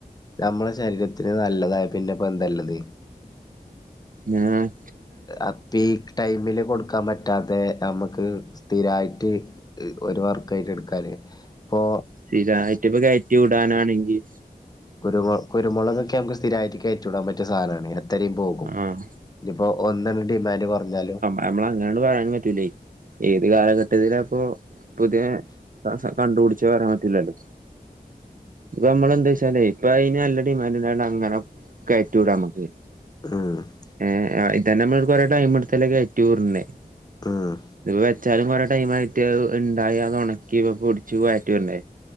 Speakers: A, on the left; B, on the right.
A: ഞമ്മളെ ശരീരത്തിന് നല്ലതായ പിന്നപ്പെന്താള്ളത്?
B: ഞാൻ
A: അപ്പ ഈ ടൈമില് കൊടുക്കാൻ പറ്റ് താത്തേ ഞമ്മക്ക് സ്ഥിരായിട്ട് ഒരു വർക്കായിട്ട് എടുക്കാന് ഇപ്പോ
B: സ്ഥിരായിട്ട് ഇപ്പ കയറ്റി വിടാനാണെങ്കിൽ
A: കുരുമൊ കുരുമൊളകൊക്കെ ഞമ്മക്ക് സ്ഥിരായിറ്റ് കയറ്റിവിടാൻ പറ്റിയ സാനാണ് എത്രേം പോവും.
B: ആഹ്
A: ഇഞ്ഞിപ്പോ ഒന്നന്നെ ഡിമാൻഡ് കൊർഞ്ഞാലും
B: ഞമ്മളങ്ങാണ്ട് പറയാനും പറ്റൂലേ ഏത് കാലഘട്ടത്തിലാപ്പൊ പുതിയ താമസം കണ്ട്പുട്ച്ചോ പറയാൻ പറ്റൂലല്ലോ ഇപ്പം മ്മളെന്താച്ചാലേ ഇപ്പയിന് നല്ല ഡിമാന്റിണ്ടായോണ്ട് അങ്ങനെ കയറ്റിവിടാമ്മക്ക്
A: ഉം
B: ഏഹ് ഇതന്നെ മ്മളൊരു കൊറേ ടൈം ഇട്ത്തല്ലെ കയറ്റിവിട്ണെയ്
A: ഉം
B: വെച്ചാലും കൊറെ ടൈം ആയിട്ട് ഇണ്ടായി അത് ഒണക്കി ഇപ്പം പൊട്ച്ച് പാറ്റിടണ്ടേ